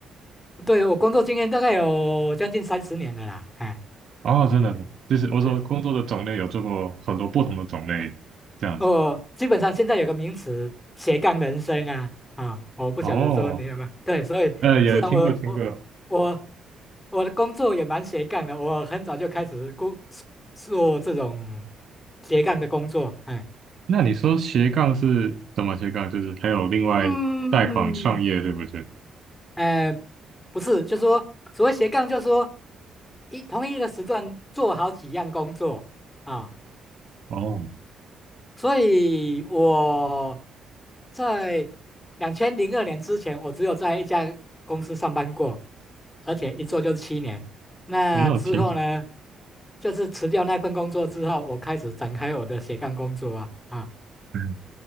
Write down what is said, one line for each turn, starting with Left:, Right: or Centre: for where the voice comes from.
Left: 对，我工作经验大概有将近三十年了啦。哎，
Right: 哦，真的的，就是我说工作的种类有做过很多不同的种类，
Left: 是，
Right: 这样子。
Left: 我基本上现在有个名词斜杠人生啊啊，我不晓得说你有没有对，
Right: 哦，
Left: 所以是啊，
Right: 呃，也听过听过。
Left: 我我我我的工作也蛮斜杠的，我很早就开始工做这种斜杠的工作。哎，
Right: 那你说斜杠是怎么斜杠？就是还有另外贷款创业，
Left: 嗯。
Right: 对不对？
Left: 哎、不是，就说所谓斜杠，就说一同一个时段做好几样工作啊、
Right: 哦，
Left: 所以我在两千零二年之前，我只有在一家公司上班过，而且一做就是七年。那之后呢，
Right: 那我挺，
Left: 就是辞掉那份工作之后，我开始展开我的斜杠工作啊啊。
Right: 嗯，